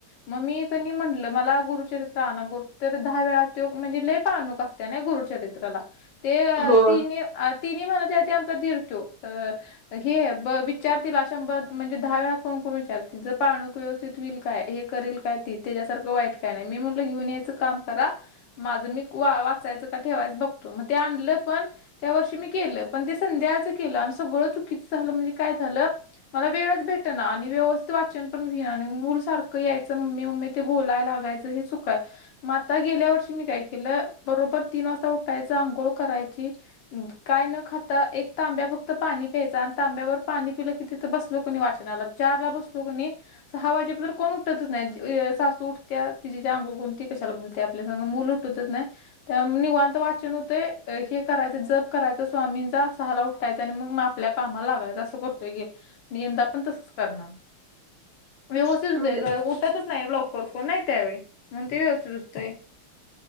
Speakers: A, on the left; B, on the right.
A: मग मी तनी म्हटलं मला गुरुचरित्र आणा गुरु तर दहा वेळा तो म्हणजे लय पाळणूक असती. त्या नाही गुरुचरित्रला ते
B: हो
A: तिन तिन्ही म्हणायचे ते आमचा दीर तो अ हे ब विचारतील अशा शंभर म्हणजे दहा वेळा फोन करून विचारतील जर पाळणूक व्यवस्थित होईल काय हे करील काय ती त्याच्यासारखं वाईट काय नाय मी म्हणल घेऊन यायचं काम करा. माझं मी वा वाचायचं का ठेवायचं बघतो मग ते आणलं पण त्या वर्षी मी केलं पण ते संध्याचं केलं आणि सगळं चुकीचं झालं म्हणजे काय झालं मला वेळच भेट त्यांना आणि व्यवस्थित वाचन पण हुईना आणि मूल सारखं क यायचं मम्मी मम्मी ते बोला लागायचं हे चुका म आता गेल्या वर्षी मी काय केलं बरोबर तीन वाजता उठायचं आंघोळ करायची काय न खात? तर एक तांब्या फक्त पाणी प्यायचा आणि तांब्यावर पाणी पिलं की तिथं बसलो की नाय वाचनाला चार ला बसलो की नाय सहा वाजेपर्यंत कोण उठतच नाही सासू उठत्या तिजी ती अंगोळ करुन ती कशाला बोलत्या आपल्या सगं मुल उठतच नाय. त्या निवांत वाचन होतेंय हे करायचं जप करायचं स्वामींचा सहाला उठायच आणि मग म आपल्या कामाला लागायचं असं करतोय गेल आणि यंदा पण तसंच करणार.
B: <unintelligible>
A: व्यवस्थित
B: म्हणजे
A: होतय ग उठतच नाही लवकर कोण नाही त्यावेळी म्हणून ते व्यवस्थित होतय.